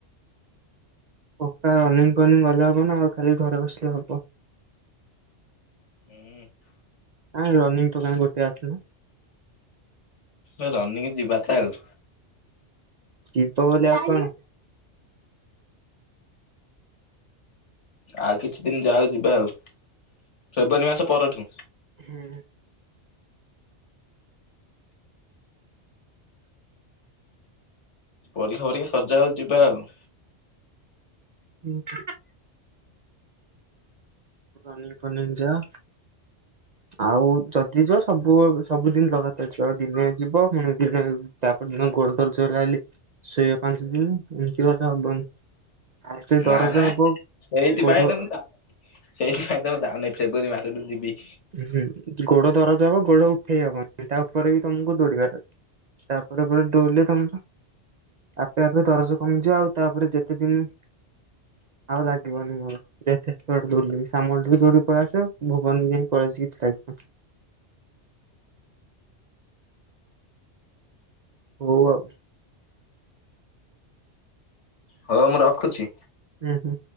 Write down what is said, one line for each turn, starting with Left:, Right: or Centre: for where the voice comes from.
Right: ପକା ରନିଂ ଫନିଂ ଗଲେ ହବ ନା ଆଉ ଖାଲି ଘରେ ବସିଲେ ହବ।
Left: ହୁଁ।
Right: କାଇଁ ରନିଙ୍ଗ ତ କାଇଁ ଗୋଟେ ଆସୁନି।
Left: ଏ ରନିଂ ଯିବା ତ ଆଉ।
Right: ଯିବ ବୋଲି ଆଉ କଣ।
Left: ଆଉ କିଛି ଦିନ ଯାଉ ଯିବା ଆଉ ଫେବୃଆରୀ ମାସ ପରଠୁ
Right: ହୁଁ
Left: ପରୀକ୍ଷା ପରୀକ୍ଷା ସଜା ଯିବା ଆଉ।
Right: ଉଁ ରନିଂ ଫନିଙ୍ଗି ଯା ଆଉ ଯଦି ଯିବ ସବୁ ସବୁଦିନ ଲଗାତାର ଯିବ ଆଉ ଦିନେ ଯିବ ପୁଣି ଦିନେ ତାପର ଦିନ ଗୋଡ ଦରଜ ହେଲା ବୋଲି ଶୋଇବା ପାଞ୍ଚ ଦିନ ଏମିତି କଥା ହବନି। ଆଉ ସେ
Left: ନା
Right: ଦରଜ
Left: ନା
Right: ହବ
Left: ସେଇଥିପାଇଁ
Right: ଗୋଡ
Left: ତ ମୁଁ ସେଇଥିପାଇଁ ତ ମୁଁ ଯାଉନିଁ ଫେବୃୟରୀ ମାସରେ ଯିବି।
Right: ହୁଁ ଗୋଡ ଦରଜ ହବ ଗୋଡ ଉଠେଇ ହବନ ତା ଉପରେ ବି ତମକୁ ଦୌଡିବାର ଅଛି। ତାପରେ ପରେ ଦୌଉଲେ ତମ୍ ଆପେ ଆପେ ଦରଜ କମିଯିବ ଆଉ ତାପରେ ଯେତେ ଦିନ ଆଉ ଲାଗିବନି ମୋର ଯେତେ ଦୌଡିଲିବି ସାମଲ ଦୌଡି ପଳେଇ ଆସ ଭୁବନ ବି ଯାଇ <unintelligible> ହଉ ଆଉ
Left: ହଉ ମୁଁ ରଖୁଛି।
Right: ଉଁ ହୁଁ